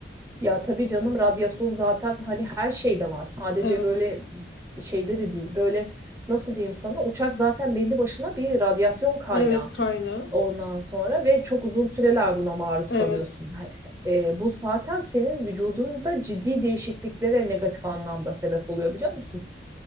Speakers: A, on the right; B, on the left.
A: Ya tabii canım radyasyon zaten hani her şeyde var. Sadece
B: Evet.
A: böyle şeyde de değil. Böyle nasıl diyeyim sana uçak zaten belli başına bir radyasyon kaynağı.
B: Evet kaynağı.
A: Ondan sonra ve çok uzun süreler buna maruz
B: Evet.
A: kalıyorsun. Ha- e, bu zaten senin vücudunda ciddi değişikliklere negatif anlamda sebep oluyor biliyor musun?